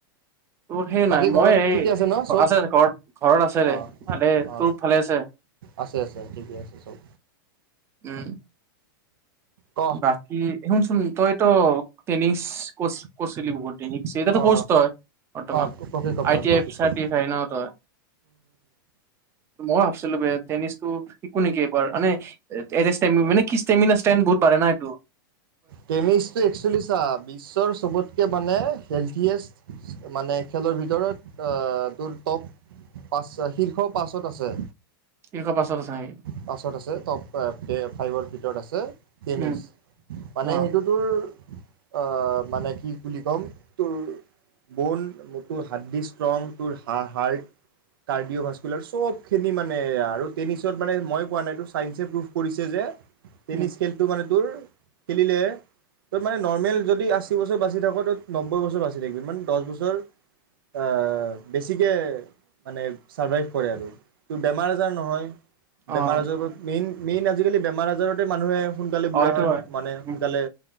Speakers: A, on the right; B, on the right.
A: তোৰ সেই
B: বাকী
A: নাই মই
B: ঘৰত
A: এই,
B: ঠিকে ন চব
A: আছে ঘৰত ঘৰত আছে দে।
B: অ
A: মানে
B: অ
A: তোৰ ফালে আছে।
B: আছে আছে ঠিকে আছে চব
A: উম।
B: ক
A: বাকী শুনচোন, তইটো টেনিচ কৰ্চ কৰিছিলি বহুত দেৰি। এো
B: অ
A: কৰ্চ ত‌ই, বৰ্তমান
B: অ প্ৰশিক্ষক
A: আই
B: মই
A: টি
B: প্ৰশিক্ষক
A: আই চাৰ্টিফাই ন ত‌ই, মই ভাবছিলো বে টেনিচটো শিকো নেকি এইবাৰ। মানে এ মান কি ষ্টেি ু <unintelligible> পাৰে না এইটো।
B: কেমিচটো এক্সোয়েলি চা বিশ্বৰ চবতকে মানে, হেলথিয়েষ্ট মানে খেলৰ ভিতৰত অ তোৰ টপ পাঁচ শীৰ্ষ পাচত আছে।
A: শীৰ্ষ পাছত আছে। নেকি?
B: পাছত আছে। টপ পে ফাইভ- <unintelligible> আছে টেনিছ
A: উম
B: মানে
A: অ
B: সেইটোতোৰ অ মানে কি বুলি ক'ম তোৰ বন তোৰ হাত দি ষ্ট্ৰং তোৰ হা হাৰ্ট কাৰ্ডিঅ' ভ্কুলাৰ চব খিনি মানে আৰু <unintelligible> ত মানে মই কোৱা নাইটো চাইন্সে প্ৰুভ কৰিছে যে টেনিছ
A: উম
B: খেলতটো মানে তোৰ খেলিলে তই মানে নৰ্মেল যদি আশী বছৰ বাচি থাক তই নব্বৈ বছৰ বাচি থাকিব মানে দহ বছৰ আহ বেছিকে মানে চাৰ্ভাইভ কৰে আৰু তো বেমাৰ আজাৰ নহয় বেমাৰ
A: অ
B: আজাৰ পৰা পেইন মেইন আজিকালি বেমাৰ আজাৰতে মানুহে সোনকালে বুঢ়া
A: অ সেইটো
B: হয় মানে
A: উম
B: সোনকালে